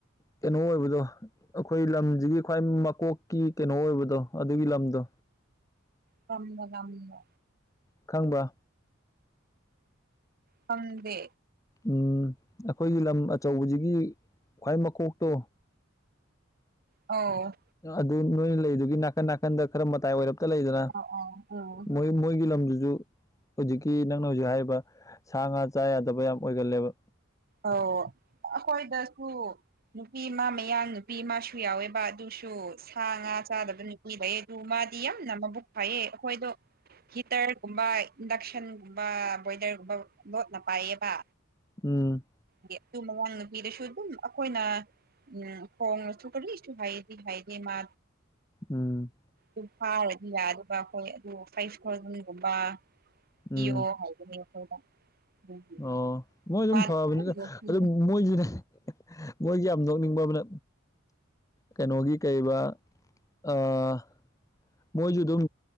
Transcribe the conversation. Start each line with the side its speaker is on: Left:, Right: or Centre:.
Left: ꯀꯩꯅꯣ ꯑꯣꯏꯕꯗꯣ ꯑꯩꯈꯣꯏ ꯂꯝꯁꯤꯒꯤ ꯈ꯭ꯋꯥꯏ ꯃꯀꯣꯛꯀꯤ ꯀꯩꯅꯣ ꯑꯣꯏꯕꯗꯣ ꯑꯗꯨꯒꯤ ꯂꯝ ꯗꯣ
Right: ꯀꯔꯝꯕ ꯂꯝꯅꯣ
Left: ꯈꯪꯕ꯭ꯔ
Right: ꯈꯪꯗꯦ
Left: ꯎꯝ ꯑꯈꯣꯏꯒꯤ ꯂꯝ ꯑꯆꯧꯕꯁꯤꯒꯤ ꯈ꯭ꯋꯥꯏ ꯃꯀꯣꯛꯇꯣ
Right: ꯑꯧ
Left: ꯑꯗꯨ ꯅꯣꯏꯅ ꯂꯩꯗꯨꯒꯤ ꯅꯥꯀꯟ ꯅꯥꯀꯟꯗ ꯈꯔ ꯃꯇꯥꯏ ꯑꯣꯏꯔꯞ ꯇ ꯂꯩꯗꯅ
Right: ꯑꯥ ꯑꯥ
Left: ꯃꯣꯏ ꯃꯣꯏꯒꯤ ꯂꯝꯗꯨꯁꯨ ꯍꯨꯖꯤꯛꯀꯤ ꯅꯪꯅ ꯍꯧꯖꯤꯛ ꯍꯥꯏꯔꯤꯕ ꯁꯥ ꯉꯥ ꯆꯥ ꯌꯥꯗꯕ ꯌꯥꯝ ꯑꯣꯏꯒꯜꯂꯦꯕ
Right: ꯑꯧ ꯑꯈꯣꯏꯗꯁꯨ ꯅꯨꯄꯤ ꯑꯃ ꯃꯌꯥꯡ ꯅꯨꯄꯤꯃꯁꯨ ꯌꯥꯎꯋꯦꯕ ꯑꯗꯨꯁꯨ ꯁꯥ ꯉꯥ ꯆꯥꯗꯕ ꯅꯨ ꯃꯤ ꯐꯩꯌꯦ ꯑꯗꯨ ꯃꯥꯗꯤ ꯌꯥꯝꯅ ꯃꯕꯨꯛ ꯐꯩꯌꯦ ꯑꯩꯈꯣꯏꯗꯣ꯫ ꯍꯤꯇ꯭ꯔꯒꯨꯝꯕ ꯏꯟꯗꯛꯁꯟꯒꯨꯝꯕ ꯕꯣꯏꯂ꯭ꯔꯒꯨꯝꯕ ꯂꯣꯠꯅ ꯄꯥꯏꯌꯦꯕ꯫
Left: ꯎꯝ꯫
Right: ꯒꯤ ꯑꯗꯨ ꯃꯃꯧ ꯅꯨꯄꯤꯗꯁꯨ ꯑꯗꯨꯝ ꯑꯩꯈꯣꯏꯅ꯫ ꯎꯝ ꯐꯣꯡꯉꯁꯨ ꯀꯔꯤꯁꯨ ꯍꯥꯏꯗꯤ ꯍꯥꯏꯗꯤ ꯃꯥ
Left: ꯎꯝ꯫
Right: ꯑꯗꯨ ꯐꯥꯔꯗꯤ ꯌꯥꯗꯕ ꯍꯣꯏ ꯑꯗꯨ ꯐꯥꯏꯚ ꯊꯥꯎꯖꯟꯒꯨꯝꯕ꯫
Left: ꯎꯝ
Right: ꯄꯤꯌꯣ ꯍꯥꯏꯕꯅꯦ ꯑꯩꯈꯣꯏꯗ꯫ ꯑꯗꯨꯒꯤ
Left: ꯑꯣ ꯃꯣꯏ ꯑꯗꯨꯝ
Right: ꯃꯥꯅ
Left: ꯐꯕꯅꯤꯗ
Right: ꯌꯣꯛꯄꯤ
Left: ꯑꯗꯨ ꯃꯣꯏꯖꯨꯅꯦ꯫ ꯃꯣꯏꯒꯤ ꯌꯥꯝ ꯅꯣꯛꯅꯤꯡꯕ ꯑꯃꯅ__ ꯀꯩꯅꯣꯒꯤ ꯀꯩꯕ ꯑꯥ꯫ ꯃꯣꯏꯁꯨ ꯑꯗꯨꯝ